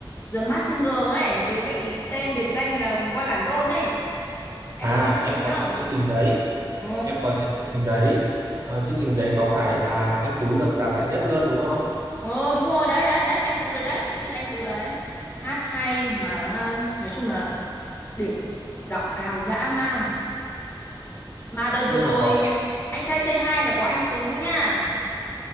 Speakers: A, on the left; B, on the right.
A: The Masked Singer ấy với lại tên biệt danh là voi bản đôn ấy. Em
B: À,
A: có xem chương
B: em
A: trình
B: có
A: đấy không?
B: xem chương trình đấy.
A: Ờ.
B: Em có xem chương trình đấy. Ờ, chương trình đấy có phải là anh Tú được đạt giải nhất luôn đúng không?
A: Ờ đúng rồi, đấy đấy đấy, anh Tú đấy đấy, chị thích anh Tú đấy. Hát hay mà nói chung là đỉnh, giọng cao dã man. Mà đợt
B: Nhưng
A: vừa rồi
B: mà có
A: anh trai Say Hi là có anh Tú nha.